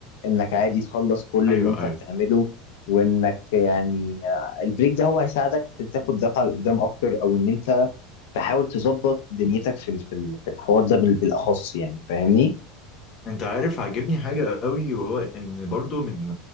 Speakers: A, on the left; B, on the left.
A: انك عادي تخلص كل
B: ايوه
A: اللي انت
B: ايوه
A: بتعمله وانك يعني آه، البريك ده هو هيساعدك تاخد دفعة لقدام اكتر او ان انت تحاول تظبط دنيتك في ال- في ال- في الحوار ده بال- بالاخص يعني فاهمني
B: انت عارف عاجبني حاجة قوي وهو ان برضو من